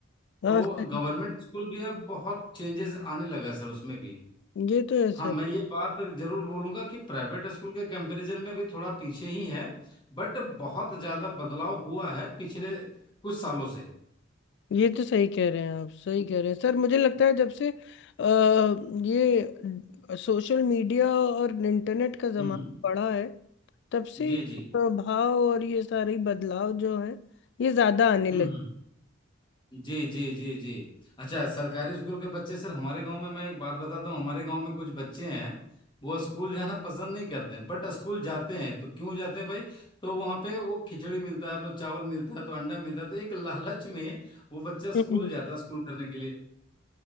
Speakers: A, on the left; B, on the left.
A: हाँ
B: तो
A: सही
B: गवर्नमेंट स्कूल भी अब बहुत चेंजेस आने लगा है सर उसमें भी
A: है। ये तो ऐसा
B: हाँ
A: है
B: मैं ये बात जरूर बोलूंगा कि प्राइवेट स्कूल के कंपैरिजन में भी थोड़ा पीछे ही है बट बहुत ज्यादा बदलाव हुआ है पिछले कुछ सालों से
A: ये तो सही कह रहे हैं आप सही कह रहे हैं सर मुझे लगता है जब से अ, ये सोशल मीडिया और इंटरनेट का ज़माना
B: हम्म
A: बढ़ा है तब से
B: जी
A: ये
B: जी
A: प्रभाव और ये सारे बदलाव जो हैं ये ज़्यादा आने
B: हम्म
A: लगे
B: हम्म, जी जी जी जी अच्छा सरकारी स्कूल के बच्चे सर हमारे गांव में मैं एक बात बताता हूँ हमारे गांव में कुछ बच्चे हैं वो स्कूल जाना पसंद नहीं करते बट स्कूल जाते हैं तो क्यों जाते हैं भाई तो वहां पे वो खिचड़ी मिलता है तो चावल मिलता है तो अंडा मिलता है तो एक लालच में वो बच्चा
A: <laughs>
B: स्कूल
A: हम्म
B: जाता है स्कूल करने के लिए